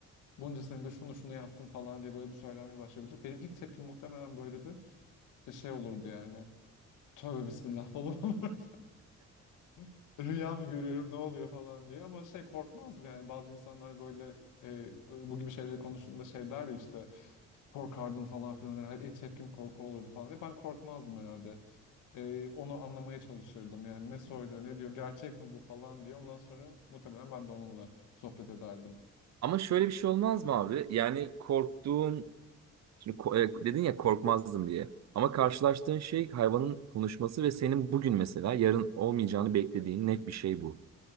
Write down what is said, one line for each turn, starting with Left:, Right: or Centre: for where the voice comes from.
Left: bunca senedir şunu şunu yaptın falan diye böyle bir söylemeye başlayabilir. Benim ilk tepkim muhtemelen böyle bir bir şey olurdu yani. Tövbe bismillah falan olurdu. <laughs> Rüya mı görüyorum ne oluyor falan diye. Ama şey korkmazdım yani bazı insanlar böyle eee bu gibi şeyleri konuştuğunda şey der ya işte korkardım falan filan. İlk tepkim korku olurdu falan diye. Ben korkmazdım herhalde. Ee, onu anlamaya çalışırdım. Yani ne söylüyor, ne diyor, gerçek mi bu falan diye. Ondan sonra muhtemelen ben de onunla sohbet ederdim.
Right: Ama şöyle bir şey olmaz mı abi? Yani korktuğun Şimdi ko- e, dedin ya korkmazdım diye. Ama karşılaştığın şey hayvanın konuşması ve senin bugün mesela yarın olmayacağını beklediğin net bir şey bu.